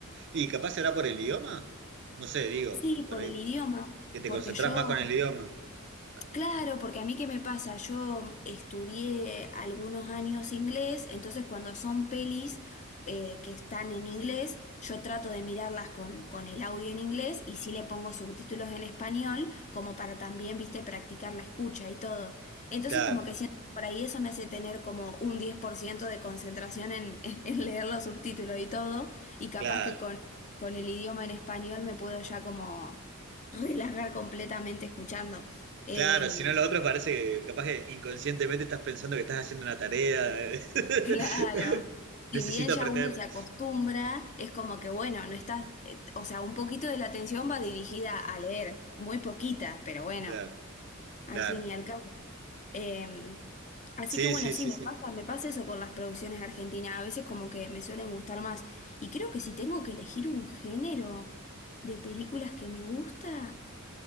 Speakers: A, on the right; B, on the left.
A: Y capaz será por el idioma. No sé, digo,
B: Sí,
A: por
B: por
A: ahí,
B: el idioma,
A: que te
B: porque
A: concentrás
B: yo
A: más con el idioma. Ah,
B: Claro, porque a mí qué me pasa, yo estudié algunos años inglés, entonces cuando son pelis eh, que están en inglés, yo trato de mirarlas con, con el audio en inglés y sí le pongo subtítulos en español, como para también, viste, practicar la escucha y todo. Entonces
A: Claro,
B: como que siento que por ahí eso me hace tener como un 10% de concentración en, <laughs> en leer los subtítulos y todo, y capaz
A: claro,
B: que con, con el idioma en español me puedo ya como relajar completamente escuchando. Em,
A: claro. Si no, lo otro
B: <laughs>
A: parece que capaz que inconscientemente estás pensando que estás haciendo una tarea.
B: Claro.
A: <laughs> Necesito
B: si bien ya
A: aprender.
B: uno se acostumbra, es como que bueno, no estás, eh, o sea, un poquito de la atención va dirigida a leer, muy poquita, pero bueno,
A: Claro,
B: al
A: claro.
B: fin y al cabo. Eh, así
A: Sí,
B: que bueno,
A: sí,
B: sí,
A: sí,
B: me
A: sí.
B: pasa, me pasa eso con las producciones argentinas, a veces como que me suelen gustar más. Y creo que si tengo que elegir un género de películas que me gusta,